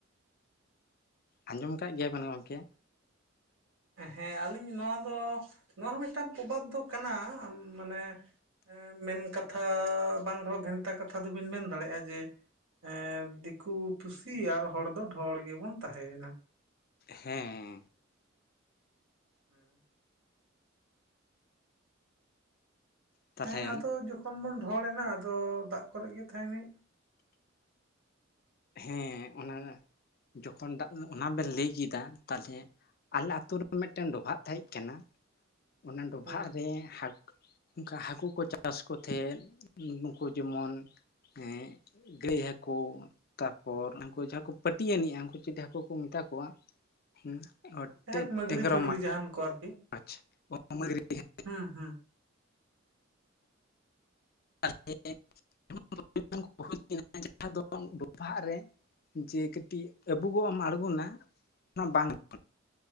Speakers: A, on the left (about 50°); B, on the right (about 80°).
A: ᱟᱸᱡᱚᱢ ᱠᱟᱜ ᱜᱮᱭᱟ ᱵᱮᱱ ᱜᱚᱝᱠᱮ
B: ᱦᱮᱸ ᱟᱞᱤᱧ ᱱᱚᱣᱟ ᱫᱚ ᱱᱚᱣᱟ ᱦᱚᱸ ᱢᱤᱫᱴᱟᱝ ᱯᱨᱚᱵᱟᱫᱽ ᱫᱚ ᱠᱟᱱᱟ ᱚ ᱢᱟᱱᱮ ᱦᱮᱸᱻ ᱢᱮᱱ ᱠᱟᱛᱷᱟ ᱵᱟᱝ ᱨᱮᱦᱚᱸ ᱵᱷᱮᱱᱛᱟ ᱠᱟᱛᱷᱟ ᱫᱚᱵᱤᱱ ᱢᱮᱱ ᱫᱟᱲᱮᱭᱟᱜᱼᱟ ᱡᱮ ᱦᱮᱸᱻ ᱫᱤᱠᱩ ᱯᱩᱥᱤ ᱟᱨ ᱦᱚᱲ ᱫᱚ ᱰᱷᱚᱬ ᱜᱮᱵᱚᱱ ᱛᱟᱦᱮᱸ ᱭᱮᱱᱟ᱾
A: ᱦᱮᱸᱻ
B: ᱦᱩᱸᱻ
A: ᱛᱟᱦᱚᱞᱮ
B: ᱦᱮᱸ ᱟᱫᱚ ᱡᱚᱠᱷᱚᱱ ᱵᱚᱱ ᱨᱚᱦᱚᱲ ᱮᱱᱟ ᱟᱫᱚ ᱫᱟᱜ ᱠᱚᱨᱮ ᱜᱮ ᱛᱟᱦᱮᱱ ᱦᱩᱭᱩᱜ
A: ᱦᱮᱸᱻ ᱚᱱᱟ ᱱᱟ ᱡᱚᱠᱷᱚᱱ ᱫᱟᱜ ᱚᱱᱟ ᱵᱮᱱ ᱞᱟᱹᱭ ᱠᱮᱫᱟ ᱛᱟᱦᱞᱮ ᱟᱞᱮ ᱟᱛᱩ ᱨᱮ ᱢᱤᱫᱴᱟᱝ ᱰᱚᱵᱷᱟᱜ ᱛᱟᱦᱮᱸᱜ ᱠᱟᱱᱟ ᱚᱱᱟ ᱰᱚᱵᱷᱟᱜ
B: ᱦᱩᱸ
A: ᱨᱮ ᱦᱟᱹᱠᱩ ᱚᱱᱠᱟ ᱦᱟᱹᱠᱩ ᱠᱚ ᱪᱟᱥ ᱠᱚ ᱛᱮᱦᱮᱱ ᱩᱱ-ᱩᱱᱠᱩ ᱡᱮᱢᱚᱱ ᱦᱮᱸ ᱠᱷᱚᱭ ᱦᱟᱹᱠᱩ ᱛᱟᱨᱯᱚᱨ ᱚᱱᱠᱩ ᱡᱟᱦᱟᱸ ᱠᱩ ᱯᱟᱹᱴᱤ ᱭᱮᱱ ᱢᱮᱭᱟ ᱩᱱᱠᱩ ᱪᱤᱞᱤ ᱦᱟᱹᱠᱩ ᱠᱚ ᱢᱮᱛᱟ ᱠᱚᱣᱟ ᱦᱩᱸ ᱟᱴᱤ
B: ᱡᱟᱭᱦᱳᱠ ᱢᱟᱹᱜᱽᱨᱤ
A: ᱴᱮᱸᱜᱽᱨᱚᱢᱟ
B: ᱯᱷᱟᱹᱜᱽᱨᱤ ᱡᱟᱦᱟᱱ ᱠᱚ ᱟᱨᱠᱤ
A: ᱟᱪᱷᱟ ᱚᱜ-ᱚᱱᱨᱤ ᱦᱮᱸ
B: ᱦᱩᱸ ᱦᱩᱸ
A: ᱟ ᱮᱸᱻᱮᱸᱜ ᱩᱸᱻ ᱩ ᱩᱱ ᱩᱱᱠᱩ ᱠᱟᱱ ᱠᱩ ᱦᱩᱭ ᱪᱩ ᱟ ᱡᱟᱦᱟᱸ ᱫᱚ ᱰᱚᱵᱷᱟᱜ ᱨᱮ ᱡᱮ ᱠᱟᱹᱴᱤᱡ ᱟᱹᱵᱩᱜᱚᱜ ᱮᱢ ᱟᱬᱜᱚᱱᱟ ᱚᱱᱟ ᱵᱟᱝ ᱪᱮ ᱦᱚᱸ